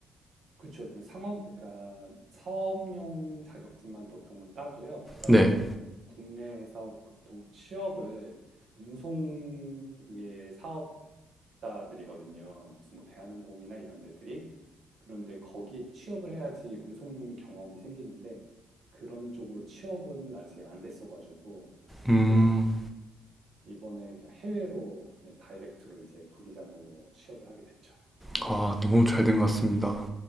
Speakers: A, on the right; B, in the centre.
A: 그쵸. 그 상업, 그러니까 사업용 자격증만 보통은 따고요. 그 다음에
B: 네.
A: 국내에서 보통 취업을 운송의 사업자들이거든요. 무슨 뭐 대한항공이나 이런 데들이. 그런데 거기에 취업을 해야지 운송용 경험이 생기는데 그런 쪽으로 취업은 아직 안 됐어가지고,
B: 음.
A: 예. 이번에 그냥 해외로 그냥 다이렉트로 이제 부기장으로 취업을 하게 됐죠.
B: 아, 너무 잘 된 것 같습니다.